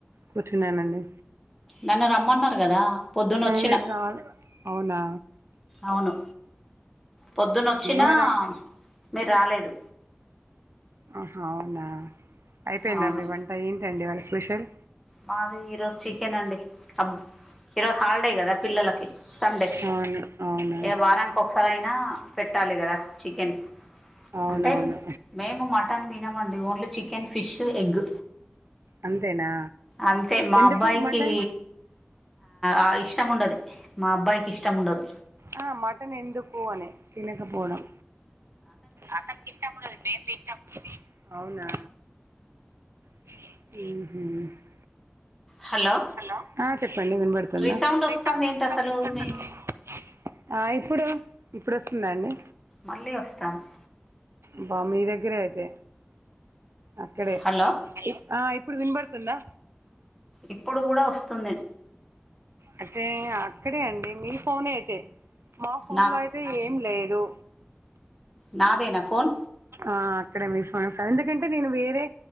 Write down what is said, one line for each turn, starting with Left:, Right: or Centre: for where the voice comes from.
Right: కూర్చున్నానండి
Centre: నన్ను రమ్మన్నారు కదా పొద్దున్న వచ్చిన
Right: మీరు రా అవునా
Centre: అవును పొద్దున్న వచ్చినా
Right: మరా
Centre: మీరు రాలేదు
Right: ఆహా అవునా అయిపోయిందా
Centre: అవును
Right: మీ వంట ఏంటండీ ఇవాళ స్పెషల్
Centre: మాది ఈరోజు చికెన్ అండి హ ఈరోజు హాలిడే కదా పిల్లలకి సండే
Right: అవును అవును
Centre: ఇగ వారానికి ఒక్కసారైనా పెట్టాలి కదా చికెన్
Right: అవునవును
Centre: అంటే మేము మటన్ తినమండి ఓన్లీ చికెన్ ఫిష్ ఎగ్
Right: అంతేనా
Centre: అంతే మా
Right: ఎందుకు
Centre: అబ్బాయికి
Right: మటన్
Centre: ఆ ఇష్టం ఉండది మా అబ్బాయికి ఇష్టం ఉండదు
Right: ఆ, మటన్ ఎందుకుఅని తినకపోవడం అతనికి ఇష్టం ఉండదు మేం తింటాం అవునా హు హామ్
Centre: హలో
Right: హలో ఆ చెప్పండి వినబడుతుందా
Centre: రీసౌండ్
Right: రీ
Centre: వస్తుంది
Right: సౌండ్
Centre: ఏంటి
Right: వస్తోంది
Centre: అసలు
Right: ఏంటి
Centre: మీ
Right: అసలు ఆ ఇప్పుడు ఇప్పుడు వస్తుందా అండి
Centre: మళ్ళీ వస్తాంది
Right: బ్బా మీ దగ్గర అయితే అక్కడే
Centre: హలో
Right: అయ్యో ఆ ఇప్పుడు వినపడుతుందా
Centre: ఇప్పుడు కూడా వస్తుంది
Right: అయితే అక్కడే అండి మీ ఫోనే అయితే మా ఫోన్
Centre: నా
Right: లో అయిత్ తే ఏం లేదు
Centre: నాదేనా ఫోన్
Right: ఆ అక్కడే మీ <unintelligible> ఎందుకంటే నేను వేరే